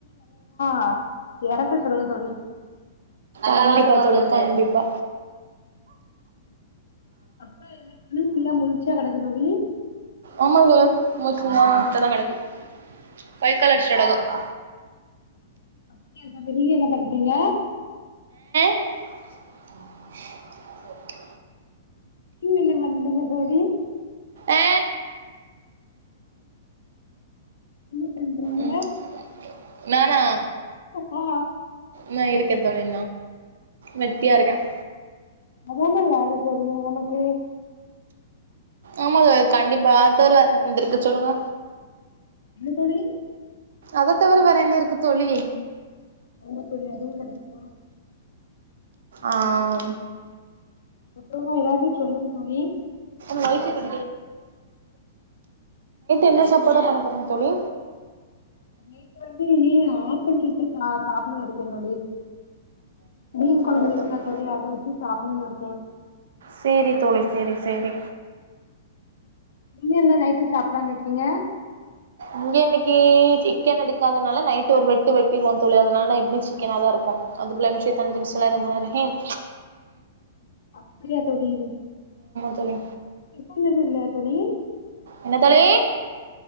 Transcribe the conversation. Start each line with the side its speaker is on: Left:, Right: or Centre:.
Left: <unintelligible> எரக்க சொல்லுங்க தோழி
Right: கண்டிப்பா தோழி கண்டிப்பா
Left: அப்பற என்ன ப <unintelligible> புள்ள முழிச்சா கடக்கு தோழி
Right: ஆமாங்க மோசமா தா கடக்குது கைகால் அடிச்சுட் கெடக்கு
Left: அப்ப நீஎன்ன ப <unintelligible> புய்ய
Right: உ <inaudible>
Left: நீங்க என்ன பன்றீங்க தோழி
Right: ஆ
Left: என்ன பண்றீங்க
Right: உ உ உ நானா
Left: ஹு ஹா
Right: நான் இருக்கேன் தோழி வெட்டியா இருக்கேன்
Left: அதானே வாழப் போது உனக்கு
Right: ஆமாங்க கண்டிப்பா தருவ வந்திருக்கு சொல்லுங்க
Left: என்ன தோழி
Right: அத தவிர வேற என்ன இருக்கு தோழி
Left: ஆமா தோழிஅதுவும் கெடைக்குமா
Right: ஆஹ
Left: அப்பறமா எதாவது சொல்லுங்க தோழி
Right: நைட்டு என்ன சாப்பாட பண்ண போறீங்க தோழி
Left: நேத்து வந்து நீ ஆப்பிள் சுட்டு சாப்டணும்னு இருக்கேன் தோழி மீன் குழம்பு
Right: எனக்கு
Left: இருக்கா அத வச்சு சாப்டணும்னு இருக்கேன்
Right: சேரி தோழி சேரி சேரி
Left: நீங்க என்ன நைட்டு சாப்டலான்னு இருக்கீங்க
Right: இங்க இன்னக்கி சிக்கன் எடுக்காதனால நைட்டு ஒரு வெட்டு வெட்டிருவோம் தோழி அதனால எப்டி சிக்கனாவது இருக்கும் வருப்போ அது பிள்ளமிஷய தஞ்சு மிசலே உஹம்
Left: அப்டியா தோழி
Right: தோழி
Left: இப்ப எதும் இல்லையா தோழி
Right: என்ன தோழி